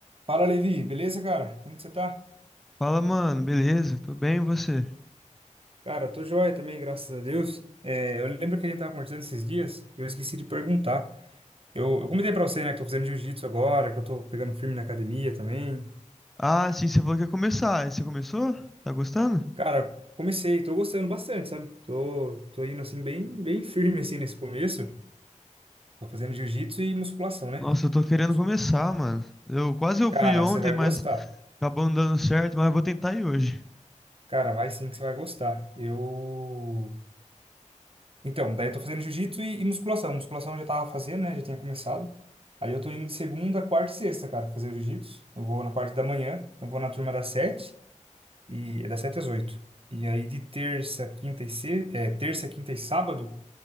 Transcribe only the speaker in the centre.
Fala, mano, beleza? Tô bem, e você?
Ah, sim, você falou que ia começar. Aí Você começou? Tá gostando?
Nossa, eu tô querendo
começar, mano. Eu quase eu fui
ontem,
mas
acabou não dando certo, mas eu vou tentar ir hoje.